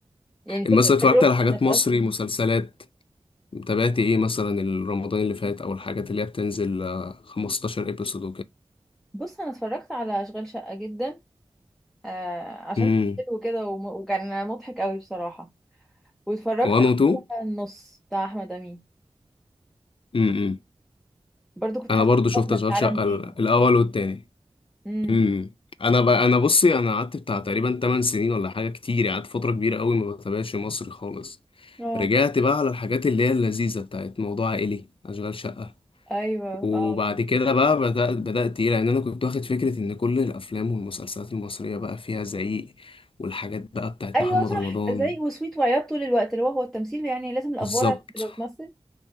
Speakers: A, in the centre; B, on the left.
A: يعني فكره
B: مثلا اتفرجت
A: تجربه
B: على حاجات
A: انك
B: مصري
A: اصلا
B: مسلسلات تابعت ايه مثلا رمضان اللي فات او الحاجات اللي هي بتنزل آه، 15 ابيسود
A: بص انا اتفرجت على اشغال شقه جدا آه عشان
B: وكده
A: كان حلو كده وم... وكان مضحك قوي بصراحه واتفرجت
B: 1 و 2
A: على النص بتاع احمد امين
B: امم
A: برضو كنت
B: انا
A: حاسه
B: برضو
A: إني
B: شفت
A: واخده
B: اشغال
A: في عالم
B: شقه
A: تاني
B: ال- الاول والتاني
A: امم
B: امم انا ب... انا بصي انا قعدت بتاع تقريبا 8 سنين ولا حاجه كتير قعدت فتره كبيره قوي ما بتابعش مصري خالص
A: اه
B: رجعت بقى على الحاجات اللي هي اللذيذه بتاعت موضوع عائلي اشغال شقه
A: ايوه
B: وبعد
A: اه
B: كده بقى بدأت بدأت ايه لان انا كنت واخد فكره ان كل الافلام والمسلسلات المصريه بقى فيها زعيق والحاجات بقى بتاعت
A: ايوه
B: محمد
A: صح
B: رمضان
A: زي وسويت وعياط طول الوقت اللي هو هو التمثيل يعني لازم الافوار
B: بالظبط
A: عشان تبقى بتمثل